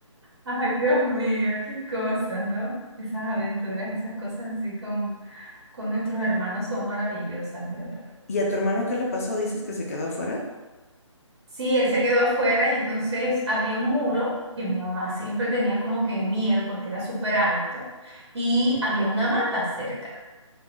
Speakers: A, on the right (about 55°); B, on the left (about 30°).
A: ay, Dios mío, qué cosas, ¿no? Esas aventuras, esas cosas así con, con nuestros hermanos son maravillosas, de verdad.
B: ¿Y a tu hermano qué le pasó? ¿Dices que se quedó afuera?
A: Sí, él se quedó afuera y entonces había un muro que mi mamá siempre tenía como que miedo porque era súper alto y había una mata cerca.